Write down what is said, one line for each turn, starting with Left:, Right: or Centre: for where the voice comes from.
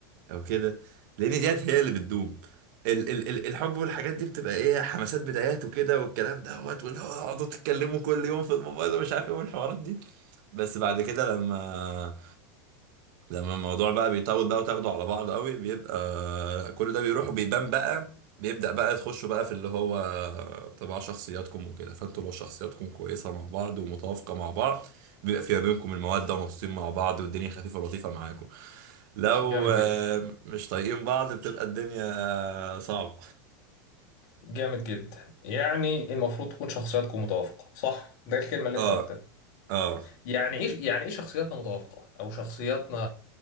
Right: او كده لان ديت هي اللي بتدوم ال ال ال الحب والحاجات دي بتبقى ايه حماسات بدايات وكده والكلام دوت واللي هو اقعدوا تتكلموا كل يوم في الموبايل ومش عارف ايه والحوارات دي بس بعد كده لما لما الموضوع بقى بيطول بقى وتاخده على بعض قوي بيبقى كل ده بيروح وبيبان بقى بيبدأ بقى تخشوا بقى في اللي هو طباع شخصياتكم وكده فانتوا لو شخصياتكم كويسة مع بعض ومتوافقة مع بعض بيبقى في ما بينكم المودة ومبسوطين مع بعض والدنيا خفيفة لطيفة معاكم لو
Left: جامد
Right: آه،
Left: جدا
Right: مش طايقين بعض بتبقى الدنيا آه، صعبة
Left: جامد جدا يعني المفروض تكون شخصياتكم متوافقة صح ده الكلمة اللي
Right: اه
Left: انت قلتها
Right: اه
Left: يعني ايه يعني ايه شخصياتنا متوافقة او شخصياتنا